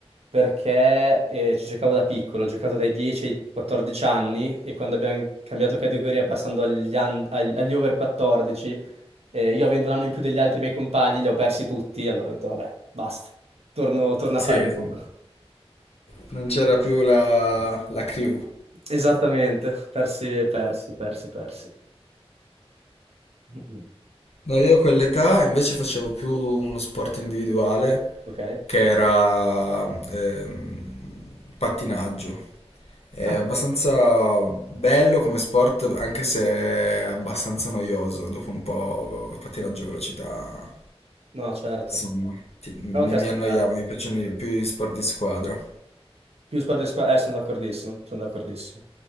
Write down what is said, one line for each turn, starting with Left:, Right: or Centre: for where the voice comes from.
Right: perché eh, ci giocavo da piccolo, ho giocato dai 10 ai 14 anni e quando abbiamo cambiato categoria passando agli, un- ag- agli over 14, eh, io avendo un anno in più degli altri miei compagni, li ho persi tutti, allora ho detto vabbè, basta, torno, torno
Left: Sì,
Right: a fare nuoto.
Left: non c'era più la, la crew.
Right: Esattamente, persi, persi, persi, persi. Mm-mm.
Left: No, io a quell'età invece facevo più uno sport individuale
Right: Ok?
Left: che era ehm, pattinaggio. È
Right: Ah,
Left: abbastanza bello come sport, anche se è abbastanza noioso. Dopo un po', il pattinaggio a velocità,
Right: no, certo.
Left: insomma, ti- mi,
Right: Però caspita,
Left: mi annoiavo, mi piacciono i- più gli sport di squadra.
Right: più sport di squadra, eh, sono d'accordissimo, sono d'accordissimo.